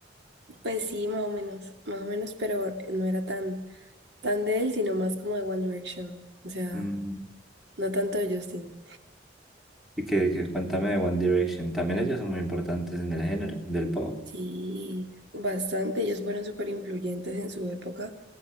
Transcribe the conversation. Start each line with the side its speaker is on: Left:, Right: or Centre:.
Right: Pues sí, más o menos, más o menos, pero no era tan, tan de él, sino más como de One Direction. O sea,
Centre: Mm.
Right: no tanto de Justin.
Centre: Y que, que cuéntame de One Direction. También ellos son muy importantes en el género del pop.
Right: Sí, bastante, ellos fueron súper influyentes en su época.